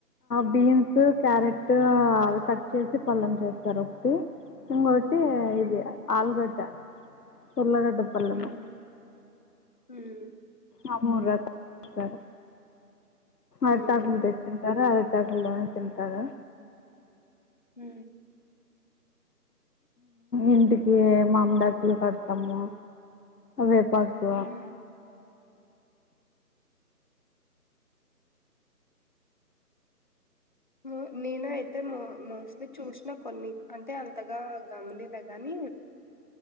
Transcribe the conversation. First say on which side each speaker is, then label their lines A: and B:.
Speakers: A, on the left (about 70°); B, on the left (about 30°).
A: బీన్స్ క్యారెట్
B: ఉమ్
A: అవి తట్ చేసి పళ్ళం చేస్తారు ఒకటి ఇంకోటి అే
B: ఉమ్
A: ఇది ఆలుగడ్డ ఉల్లిగడ్డ పళ్ళము
B: ఉమ్ ఉమ్
A: ఆ మూరు రకాలు
B: ఉమ్
A: అరితకులు తెచుంటారు ఆకులు లోని తింటారా
B: హ
A: ఇంటికి మామిడాకులు కడతాము అే పాకు
B: ఉమ్ హ నేన అయితే మో మోస్ట్లీ చూసిన కొన్ని అంటే అంతగా గమనిల కానీ